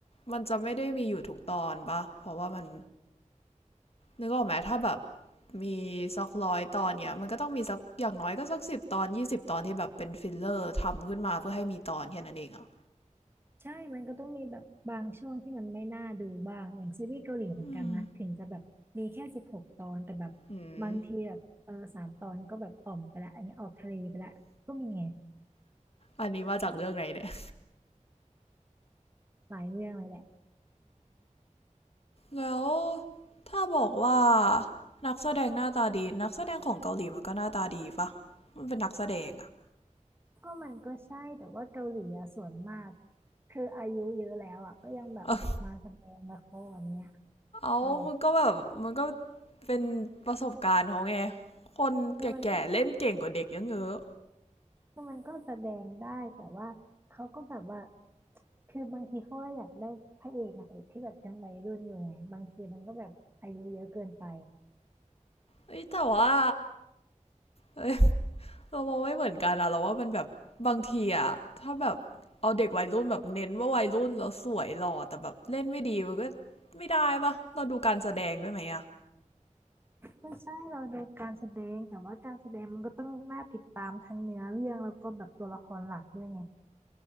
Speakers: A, on the left; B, on the right.
A: มันจะไม่ได้มีอยู่ทุกตอนปะเพราะว่ามันนึกออกไหมถ้าแบบมีสักร้อยตอนเนี่ยมันก็ต้องมีสักอย่างน้อยก็สักสิบตอนยี่สิบตอนที่แบบเป็นฟิลเลอร์ทำขึ้นมาเพื่อให้มีตอนแค่นั้นเองอะ
B: ใช่มันก็ต้องมีแบบบางช่วงที่มันไม่น่าดูบ้าง อย่างซีรีส์เกาหลีเหมือนกันนะ
A: อืม
B: ถึงจะแบบมีแค่สิบหกตอน แต่แบบ
A: อืม
B: บางทีแบบเออสามตอนก็แบบอ่อมไปละอันนี้ออกทะเลไปละก็มีไง
A: อันนี้มาจากเรื่องไหนเนี่ย
B: หลายเรื่องเลยแหละ
A: แล้วถ้าบอกว่านักแสดงหน้าตาดีนักแสดงของเกาหลีมันก็หน้าตาดีปะมันเป็นนักแสดงอะ
B: ก็มันก็ใช่แต่ว่าเกาหลีอะส่วนมากคืออายุเยอะแล้วอ่ะก็ยังแบบมาแสดงละครเนี้ย
A: <laughs> เอามันก็แบบมันก็
B: เออ
A: เป็นประสบการณ์เขาไงคนแก่ๆเล่นเก่งกว่าเด็กเยอะ
B: คือมันก็คือมันก็แสดงได้แต่ว่าเขาก็แบบว่า คือบางทีเขาก็อยากได้พระเอกนางเอกที่แบบยังวัยรุ่นอยู่ไงบางทีมันก็แบบอายุเยอะเกินไป
A: เอ้ยแต่ว่าเอ้ย <laughs> เรามองไม่เหมือนกันอะเราว่ามันแบบบางทีอะถ้าแบบเอาเด็กวัยรุ่นแบบเน้นว่าวัยรุ่นแล้วสวยหล่อแต่แบบเล่นไม่ดีมันก็ไม่ได้ปะเราดูการแสดงด้วยไหมอะ
B: ไม่ใช่เราดูการแสดงแต่ว่าการแสดงมันก็ต้องน่าติดตามทั้งเนื้อเรื่องแล้วก็แบบตัวละครหลักด้วยไง